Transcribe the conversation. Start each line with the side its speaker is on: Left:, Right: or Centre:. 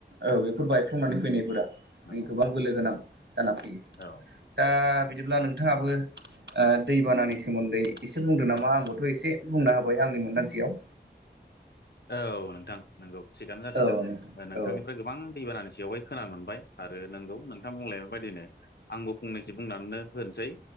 Right: औ बेफोर बायफ्लंनानै फैनायफोरा
Left: नंगौ
Right: गोबां बोलो गोनां जाना फैयो।
Left: औ
Right: दा बिदिब्ला नोंथाङाबो ओ दैबानानि सोमोन्दै एसे बुंदों नामा आंबोथ' एसे बुंनो हाबाय आंनि मोनदांथियाव।
Left: औ नोंथां नंगौ थिगानो जादों
Right: औ नोंथां
Left: दा नोंथांनिफ्राय
Right: औ
Left: गोबां दैबानानि सायावहाय खोनानो मोनबाय। आरो नंगौ नोंथां बुंलाय बायदिनो आंबो फंनैसो बुंनानैनो होननोसै।